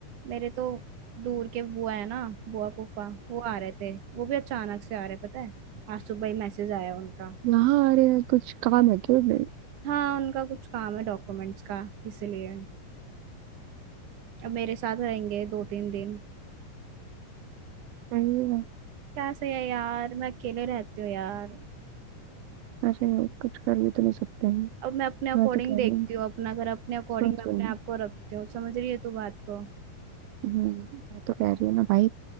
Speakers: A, on the right; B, on the right.
A: मेरे तो दूर के बुआ है ना बुआ फूफा वो आ रहे थे वो भी अचानक से आ रहे पता है आज सुबह ही मैसेज आया उनका
B: यहाँ अरे यार, कुछ काम है क्यों नहीं
A: हाँ उनका कुछ काम है डॉक्यूमेंट्स का इसलिए अब मेरे साथ रहेंगे दो तीन दिन
B: सही है।
A: क्या सही है यार मैं अकेले रहती हूँ यार
B: अरे कुछ कर भी तो नहीं सकते हैं
A: अब मैं अपने अकॉर्डिंग
B: मैं तो कह
A: देखती
B: रही हूँ
A: हूँ अपना घर अपने अकॉर्डिंग
B: सुन
A: मैं
B: सुन
A: अपने आप को रखती हूँ समझ रही है तू बात को
B: हम्म, मैं तो कह रही हूँ ना भाई